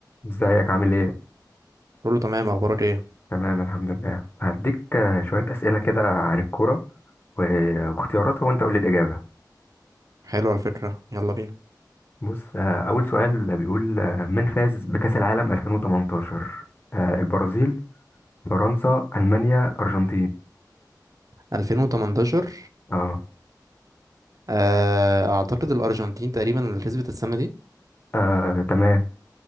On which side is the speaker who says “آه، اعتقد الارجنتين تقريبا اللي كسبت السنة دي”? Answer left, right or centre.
Right